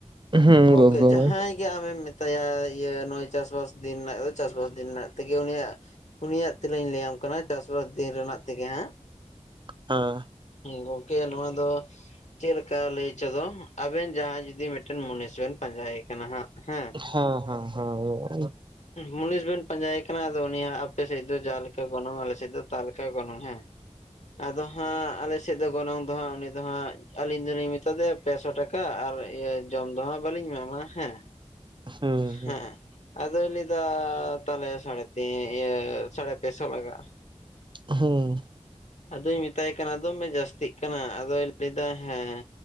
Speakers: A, on the right (about 40°); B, on the left (about 75°).
A: ᱦᱩᱸ
B: ᱜᱚᱝᱠᱮ ᱡᱟᱦᱟᱸᱭ
A: ᱢᱟ ᱦᱮᱸ
B: ᱫᱤᱭᱮ ᱟᱢᱮᱢ ᱢᱮᱛᱟᱭᱟ ᱤᱭᱟᱹ ᱱᱚᱜ-ᱚᱭ ᱪᱟᱥᱵᱟᱥ ᱫᱤᱱ ᱨᱮᱱᱟᱜ ᱫᱚ ᱪᱟᱥᱵᱟᱥ ᱫᱤᱱ ᱨᱮᱱᱟᱜ ᱛᱮᱜᱮ ᱩᱱᱤᱭᱟᱜ ᱩᱱᱤᱭᱟᱜ ᱛᱤᱱᱟᱹᱧ ᱞᱟᱹᱭᱟᱢ ᱠᱟᱱᱟ ᱪᱟᱥ ᱵᱟᱥ ᱫᱤᱱ ᱨᱮᱱᱟᱜ ᱛᱮᱜᱮ ᱦᱟᱸᱜ
A: <unintelligible>
B: ᱜᱚᱝᱠᱮ, ᱱᱚᱣᱟ ᱫᱚ ᱪᱮᱫ ᱞᱮᱠᱟ ᱞᱟᱹᱭ ᱪᱚ ᱫᱚ, ᱟᱵᱮᱱ ᱡᱟᱦᱟᱸᱭ ᱡᱩᱫᱤ ᱢᱤᱫᱴᱮᱱ ᱢᱩᱱᱤᱥ ᱵᱮᱱ ᱯᱟᱸᱡᱟᱭᱮ ᱠᱟᱱᱟ ᱦᱟᱸᱜ ᱦᱮᱸ᱾
A: ᱦᱮᱸ ᱦᱮᱸ ᱦᱮᱸ᱾
B: ᱢᱩᱱᱤᱥ ᱵᱮᱱ ᱯᱟᱸᱡᱟᱭᱮ ᱠᱟᱱᱟ ᱟᱫᱚ ᱩᱱᱤᱭᱟᱜ ᱟᱯᱮᱥᱮᱫ ᱫᱚ ᱡᱟᱦᱟ ᱞᱮᱠᱟ ᱜᱚᱱᱚᱝ, ᱟᱞᱮᱥᱮᱫ ᱫᱚ ᱛᱟᱞᱮᱠᱟ ᱜᱮ ᱜᱚᱱᱚᱝ ᱦᱮᱸ᱾ ᱟᱫᱚ ᱦᱟᱸᱜ ᱟᱞᱮ ᱥᱮᱫ ᱫᱚ ᱜᱚᱱᱚᱝ ᱫᱚ ᱦᱟᱸᱜ ᱩᱱᱤ ᱫᱚ ᱦᱟᱸᱜ, ᱟᱹᱞᱤᱧ ᱫᱩᱞᱤᱧ ᱢᱮᱛᱟᱫᱮᱭᱟ ᱯᱮᱥᱚ ᱴᱟᱠᱟ ᱟᱨ ᱤᱭᱟᱹ ᱡᱚᱢ ᱫᱚ ᱦᱟᱸᱜ ᱵᱟᱹᱞᱤᱧ ᱮᱢᱟᱢᱟ ᱦᱮᱸ᱾
A: ᱦᱩᱸ ᱦᱩᱸ᱾
B: ᱦᱮᱸ ᱟᱫᱚᱭ ᱞᱟᱹᱭᱫᱟ ᱛᱟᱞᱮ ᱥᱟᱲᱮᱛᱤ ᱤᱭᱟᱹ ᱥᱟᱲᱮ ᱯᱮᱥᱚ ᱞᱟᱜᱟᱜ-ᱟ᱾
A: ᱦᱩᱸ᱾
B: ᱟᱫᱚᱧ ᱢᱮᱛᱟᱭ ᱠᱟᱱᱟ ᱫᱚᱢᱮ ᱡᱟᱹᱥᱛᱤᱜ ᱠᱟᱱᱟ, ᱟᱫᱚᱭ ᱞᱟᱹᱭᱫᱟ ᱦᱮᱸ᱾